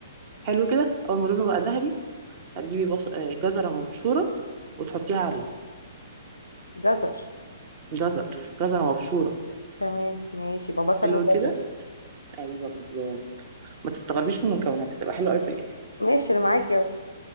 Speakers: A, on the right; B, on the left.
A: حلو كده اول ما لونه بقى ذهبي هتجيبي بص... آه، جزره مبشوره وتحطيها عليه
B: جزر
A: جزر جزرة مبشورة
B: تمام ماشي يبقى بصل
A: حلو
B: وجزر
A: كده ايوه بالظبط ما تستغربيش من المكونات هتبقى حلوه قوي في الاخر
B: ماشي انا معاكي اهو